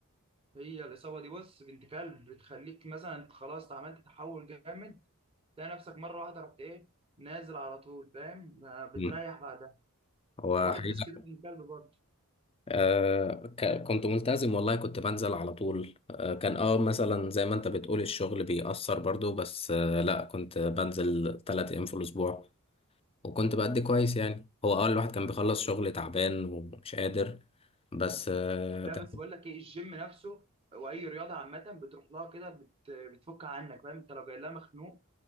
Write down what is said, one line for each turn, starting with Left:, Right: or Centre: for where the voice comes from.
Right: هي الإصابة دي بص بنت كلب بتخليك مثلا أنت خلاص عملت تحول جامد تلاقي نفسك مره واحده رحت ايه نازل على طول فاهم ما بتريح
Left: مم.
Right: بعدها
Left: هو
Right: حوار
Left: حقيقة
Right: الديسك ده من كلب برضه
Left: آه ك- كنت ملتزم والله كنت بنزل على طول آه كان اه مثلا زي ما انت بتقول الشغل بيأثر برضو بس آه لا كنت بنزل ثلاث ايام في الاسبوع وكنت بأدي كويس يعني هو أول واحد كان بيخلص شغل تعبان ومش قادر بس آه،
Right: لا
Left: ده
Right: بس بقول لك ايه الجيم نفسه واي رياضه عامه بتروح لها كده بت... بتفك عنك فاهم انت لو جاي لها مخنوق